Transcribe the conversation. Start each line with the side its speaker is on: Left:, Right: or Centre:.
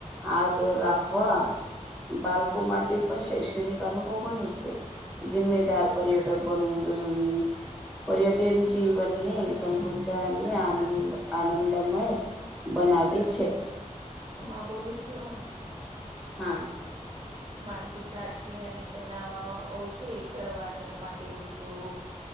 Centre: આદર રાખવા બાલકો માટે પણ શૈક્ષણિક અનુભવ બની છે. ઝીમ્મેદાર પર્યટક બનવુ જરૂરી પર્યટન જીવનને સમૃદ્ધ અને આનંદ આનંદમય બનાવેે છે.
Right: અમાં બોલું છું આ
Centre: હા
Right: માનસિક તાજકીય અને તનાવ ઓછ કરવાનું માટે ઉપયોગ